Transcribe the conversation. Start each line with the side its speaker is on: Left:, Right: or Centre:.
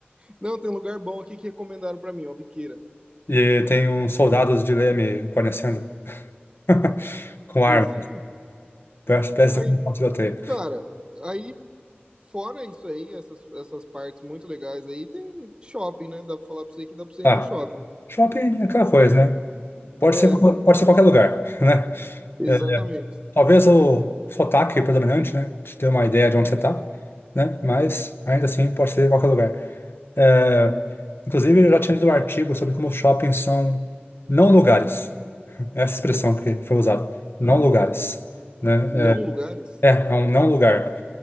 Right: Não, tem um lugar bom aqui que recomendaram para mim, uma biqueira.
Left: E tem uns soldados de leme guarnecendo <laughs> com arma.
Right: Exa-
Left: Parece parece
Right: Aí,
Left: que tá com um tiroteio.
Right: cara, aí fora isso aí, essas, essas partes muito legais aí, tem shopping, né? Dá pra falar pra você que dá pra você
Left: Ah,
Right: ir no shopping.
Left: shopping é aquela coisa, né? Pode
Right: É,
Left: ser, qual- pode ser qualquer lugar, <laughs> né?
Right: exatamente.
Left: É, Talvez o sotaque predominante, né? Te dê uma ideia de onde você está, né? Mas ainda assim pode ser qualquer lugar. É, inclusive, eu já tinha lido um artigo sobre como os shoppings são não lugares. né, Essa expressão que foi usada, não lugares, né?
Right: Não
Left: é,
Right: lugares?
Left: é, é um não lugar.